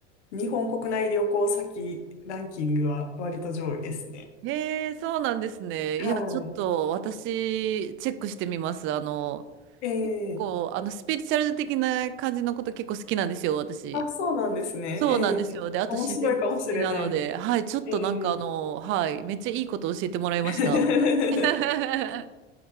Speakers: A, on the left (about 65°); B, on the right (about 35°).
A: 日本国内旅行先ランキングは割と上位ですね。
B: へえ、そうなんですね。
A: はい。
B: いや、ちょっと私、チェックしてみます。あの、
A: ええ
B: こう、あの、スピリチュアル的な感じのこと結構好きなんですよ、私。
A: あ、そうなんですね。
B: そうなんですよ。
A: ええ面白いかもしれないです。
B: で、あと自然も好きなので、はい、ちょっとなんかあの、
A: ええ
B: はい、めっちゃいいこと教えてもらいました。
A: <laughs>
B: <laughs>